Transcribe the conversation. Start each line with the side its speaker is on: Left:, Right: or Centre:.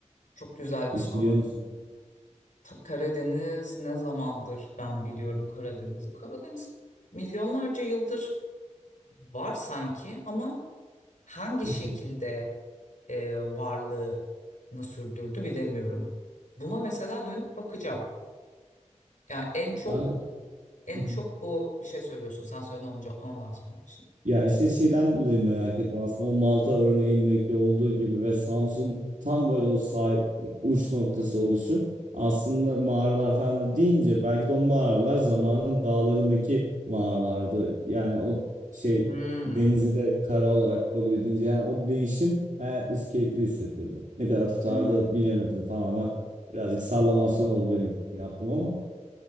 Left: Çok güzel bir
Right: Hiç
Left: soru.
Right: biliyor musun?
Left: Ta- Karadeniz ne zamandır ben biliyorum Karadeniz'i. Karadeniz milyonlarca yıldır var sanki ama hangi
Right: <laughs>
Left: şekilde e, varlığını sürdürdü bilemiyorum. Buna mesela dönüp bakacağım. Yani en çok
Right: Ben de
Left: en
Right: <laughs>
Left: çok bu bir şey söylüyorsun. Sen söyle onca- ondan sonra şimdi.
Right: Ya işte şeyden dolayı merak ettim aslında o Malta örneğindeki olduğu gibi ve Samsun tam böyle o say uç noktası oluşu aslında mağaralar falan da deyince belki de o mağaralar zamanın dağlarındaki mağaralardı. Yani o şey
Left: Hmm.
Right: denizi de kara olarak kabul edince yani o değişim hayatımız keyifli hissettirdi. Ne kadar tutarlı
Left: Hmm.
Right: bilemedim tamamen birazcık sallamasyon oldu benim yaptım ama.